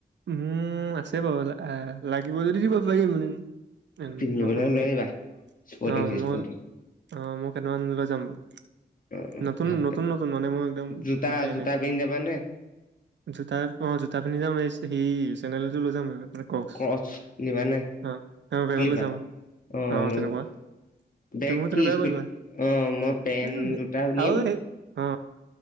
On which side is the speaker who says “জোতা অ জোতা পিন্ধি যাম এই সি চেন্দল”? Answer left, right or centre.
Right